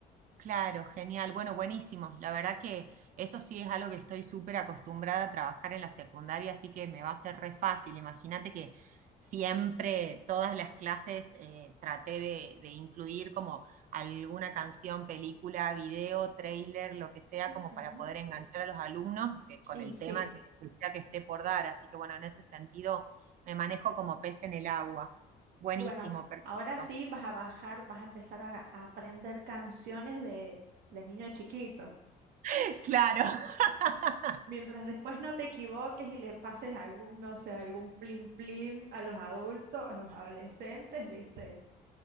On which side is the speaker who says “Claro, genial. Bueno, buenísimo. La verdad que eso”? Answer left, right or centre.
Right